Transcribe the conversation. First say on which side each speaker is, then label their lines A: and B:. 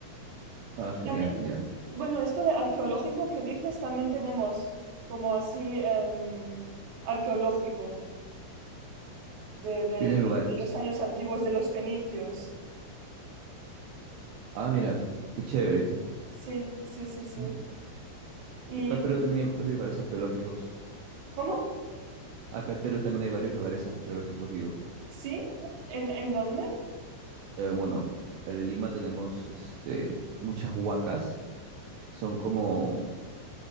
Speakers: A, on the right; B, on the right.
A: Ah,
B: Y
A: genial,
B: también,
A: genial.
B: bueno, esto de arqueológico que dices, también tenemos como así em, arqueológico de, de-
A: Tienen lugares.
B: de los años antiguos de los fenicios.
A: Ah, mira, qué chévere.
B: Sí, sí, sí,
A: Sí.
B: sí. ¿Y
A: Acá en Perú también hay varios lugares arqueológicos.
B: cómo?
A: Acá en Perú también hay varios lugares arqueológicos, digo.
B: ¿Sí? ¿En, en dónde?
A: Eh, bueno, en Lima tenemos este, muchas huacas. Son como,